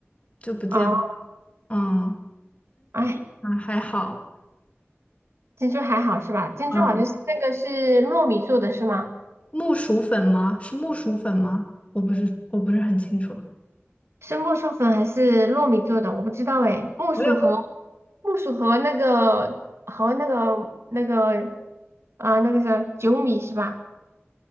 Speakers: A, on the left; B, on the right.
A: 就不健康。
B: 哦，
A: 嗯。
B: 哎，
A: 啊，还好。
B: 珍珠还好是吧？珍珠好像是那个是糯米做的是吗？
A: 嗯，木薯粉吗？是木薯粉吗？我不是，我不是很清楚。
B: 是木薯粉还是糯米做的？我不知道哎，木薯和
A: 我也不
B: 木薯和那个和那个那个啊、那个是酒米是吧？